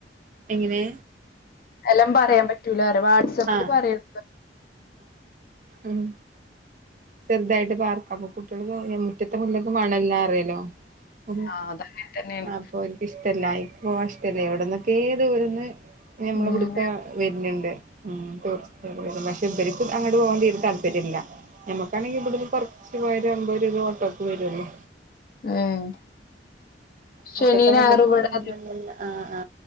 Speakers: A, on the right; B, on the left.
A: എങ്ങനെ?
B: എല്ലാം പറയാൻ പറ്റൂല വാട്സആപ്പില്
A: ആഹ്
B: പറയാ
A: ഹും. ഹ് ചെറ്തായിട്ട് പാർക്കാം അപ്പൊ കുട്ടികൾ മുറ്റത്തെ മുല്ലക്ക് മണ ഇല്ലാ റ്യ ലോ അറിയല ഉംഅപ്പൊ
B: ആഹ് അതങ്ങനെ തന്നെയാണ്
A: അപ്പാ ഓർക്ക് ഇഷ്ടല്ല എനിക്കിഷ്ട അല്ല എനിക്ക് പോവാൻ ഇഷ്ടല്ലേ ഒവിട്ന്നൊക്കെ ഏ ദൂരന്ന് ഞമ്മള
B: ഉം
A: ഇവിട്ക്ക വര്ന്ന്ണ്ട് ഉം ടുറിസ്റ്റ്. പക്ഷെ മറ്റെ ഇ ബെൽക്ക് അങ്ങട്ട് പോവാൻ തീരെ താല്പര്യല്ല. ഞമ്മക്കാണെങ്കിഇബ്ടുന്ന് കൊറച്ച് പോയാര <unintelligible> അമ്പത് രൂപ ഓട്ടോക്കെ വരൊള്ളൂ
B: ഉം. ശനീ
A: മുറ്റത്തെ
B: ഞായറും
A: മുല്ലക്കും
B: ഇവിടെ
A: വേണല്ലല്ല ആഹ്